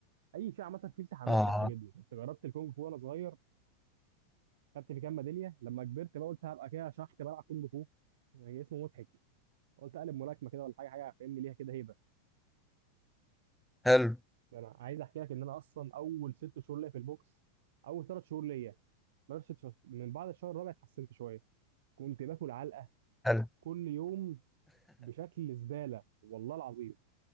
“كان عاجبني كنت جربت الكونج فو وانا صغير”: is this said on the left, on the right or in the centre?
Right